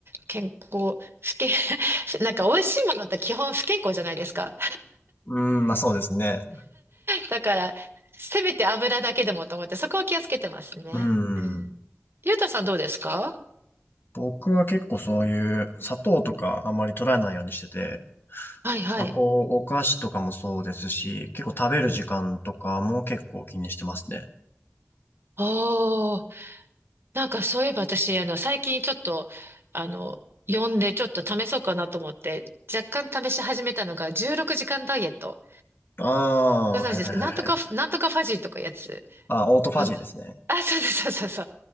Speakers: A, on the right; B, on the left.
A: 健康、不健、<laughs> なんか美味しいものって基本不健康じゃないですか。
B: うーんまあそうですね。
A: だから、せめて油だけでもと思って、そこは気をつけてますね。
B: うー
A: うん。
B: ん。
A: ゆうたさんどうですか
B: 僕は結構そういう砂糖とかあんまり取らないようにしてて、
A: はいはい。
B: まあ、こう、お菓子とかもそうですし、結構食べる時間とかも結構気にしてますね。
A: おー、なんかそういえば私、あの、最近ちょっと、あの、読んでちょっと試そうかなと思って、若干試し始めたのが16時間ダイエット。
B: あ
A: ご存知ですかなんとか、
B: あ、はいはいはいはい。
A: なんとかファジーとかいうやつ。
B: あ、オートファジーですね。
A: ごあ、そうですそうそうそう。